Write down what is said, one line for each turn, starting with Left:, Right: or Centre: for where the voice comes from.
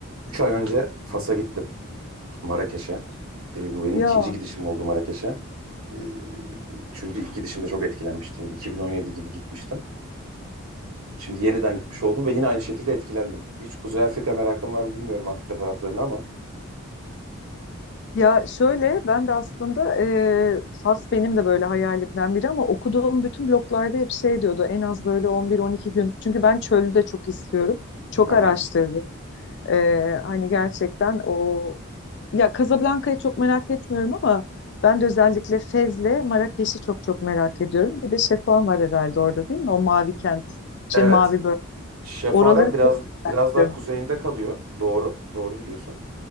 Right: Üç ay önce Fas'a gittim, Marrakeş'e. E, bu benim
Left: Ya
Right: ikinci gidişim oldu Marrakeş'e. E, çünkü ilk gidişimde çok etkilenmiştim. 2017 gibi gitmiştim. Şimdi yeniden gitmiş oldum ve yine aynı şekilde etkilendim. Hiç Kuzey Afrika merakım var mı bilmiyorum Afrika taraflarını ama.
Left: ya şöyle ben de aslında e, Fas benim de böyle hayalimden biri ama okuduğum bütün bloglarda hep şey diyordu en az böyle on bir on iki gün çünkü ben çölü de çok istiyorum çok
Right: Hı hı.
Left: araştırdım E, hani gerçekten o ya Casablanca'yı çok merak etmiyorum ama ben de özellikle Fez'le Marrakeş'i çok çok merak ediyorum bir de Şefan var herhalde orada değil mi o mavi kent şey
Right: Evet,
Left: mavi bölge
Right: Şefaren
Left: oraları
Right: biraz
Left: çok
Right: biraz
Left: merak ediyorum
Right: daha kuzeyinde kalıyor. Doğru, doğru biliyorsun.